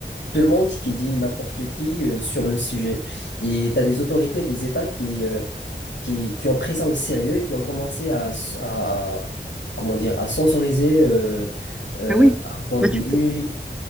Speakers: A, on the left; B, in the centre.
A: tout le monde qui dit n'importe qui euh, sur le sujet. Et tu as des autorités, des États qui, euh, qui, qui ont pris ça au sérieux et qui ont commencé à, s- à- à- comment dire, à censoriser euh, euh,
B: Ah oui.
A: un contenu.
B: bah, tu,